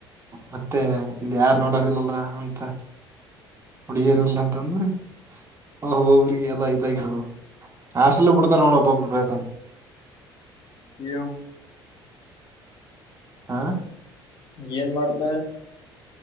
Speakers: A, on the right; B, on the left.
A: ಮತ್ತೆ ಇಲ್ಲಿ ಯಾರ್ ನೋಡರ್ಲ್ಲಲ್ಲ ಅಂತ ಉಡಿಯರಲ್ಲ ಅಂತಂದ್ರೆ ಆಹಬಬ್ರೀ ಎಲ್ಲ ಇದಾಗಿರದು ಹಾಸಟಲ್ಲ ಪುಡ್ತಾರ ನಡಬ್ಬ ಬಟ
B: ಎ
A: ಹ
B: ಏನ್ ಮಾಡ್ತ